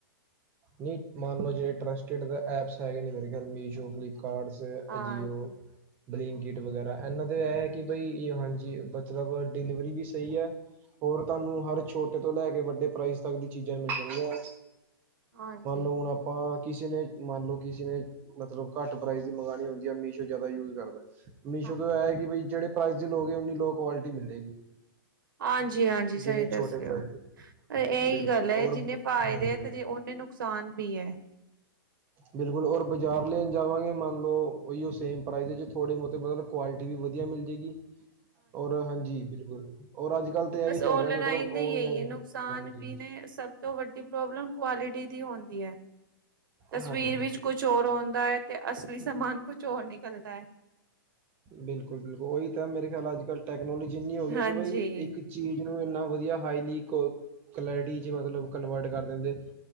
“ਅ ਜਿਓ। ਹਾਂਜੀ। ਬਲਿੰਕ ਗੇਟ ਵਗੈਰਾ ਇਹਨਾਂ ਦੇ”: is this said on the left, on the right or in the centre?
Right